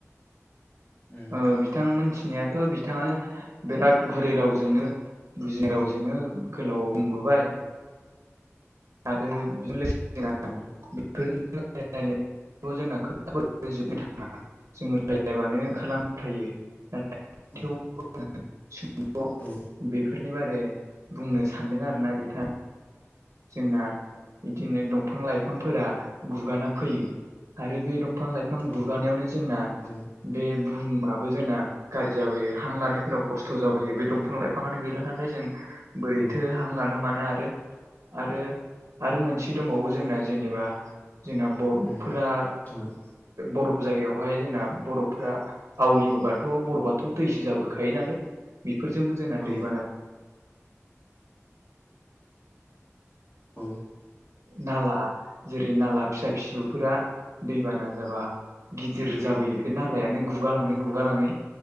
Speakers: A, on the left; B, on the right.
A: उम
B: ओ बिथां मोनथिनायाथ' बिथाङानो बिराद गुरै रावजोंनो बुजिनाय
A: उम
B: रावजोंनो गोलाव बुंबोबाय। आरो
A: औ
B: <unintelligible> बो जोंना खोताफोराथ' जोबनो थाङा जोङो रायलायबानो ओंखारलांबाय थायो नाथाय।
A: औ
B: <unintelligible>
A: औ।
B: बेफोरनि बारै बुंनो सानदों आरोना बिथां जोंना बिदिनो दंफां लायफांफोरा गुगाना फैयो। आरो बे दंफां लायफां
A: औ
B: गुगानायावनो जोंना
A: औ
B: बे बुहुमाबो जोंना गाज्रि जाबोयो हां लानायफोराव खस्थ' जाबोयो बे
A: उम
B: दंफां लाय फाङानो गैला नालाय जों बोरैथो
A: औ
B: हां लानो मानो आरो। आरो आरो मोनसे दंबावो जोंना जेनेबा जोंना बरफफोरा
A: उम औ
B: बरफ जायगायावहाय जोंना बर'फोरा आवलिबोबा। थ' बर'बाथ' दैसो जाबोखायो नालाय बिफोरजोंबो जोंना
A: औ
B: दैबाना
A: औ
B: नाला जेरै नाला फिसा फिसौफोरा दैबाना जाबा। गिदिर जाबोयो बे नालायानो गुगालाङै
A: उम
B: गुगालाङै